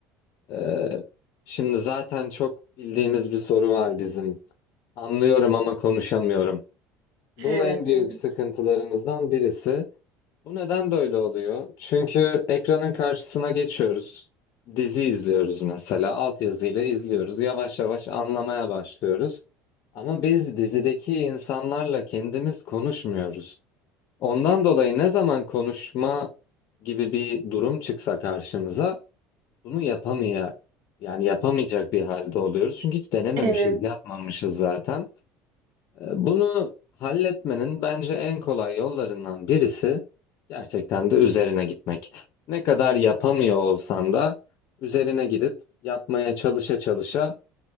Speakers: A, on the left; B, on the right.
A: Ee, şimdi zaten çok bildiğimiz bir soru var bizim. Anlıyorum ama konuşamıyorum. Bu
B: Evet,
A: en büyük
B: evet.
A: sıkıntılarımızdan birisi. Bu neden böyle oluyor? Çünkü ekranın karşısına geçiyoruz. Dizi izliyoruz mesela. Altyazıyla izliyoruz. Yavaş yavaş anlamaya başlıyoruz. Ama biz dizideki insanlarla kendimiz konuşmuyoruz. Ondan dolayı ne zaman konuşma gibi bir durum çıksa karşımıza bunu yapamaya yani yapamayacak bir halde oluyoruz. Çünkü hiç denememişiz,
B: Evet.
A: yapmamışız zaten. Ee, Bunu halletmenin bence en kolay yollarından birisi gerçekten de üzerine gitmek. Ne kadar yapamıyor olsan da üzerine gidip yapmaya çalışa çalışa